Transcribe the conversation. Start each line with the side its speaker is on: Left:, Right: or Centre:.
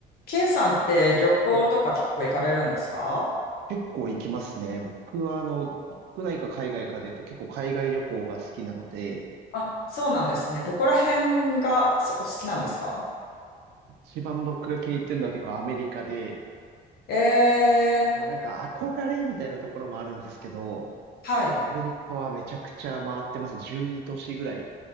Left: K さんって旅行とか結構行かれるんですか
Right: はい結構行きますね。僕は、あの、国内か海外かで言うと結構海外旅行が好きなので、
Left: あ、そうなんですね。どこら辺がすお好きなんですか
Right: 一番僕が気に入ってるのは結構アメリカで、
Left: え
Right: まあなんか憧れみたいなところもあるんですけど、
Left: ー、はい。
Right: アメリカはめちゃくちゃ回ってますね。12都市ぐらい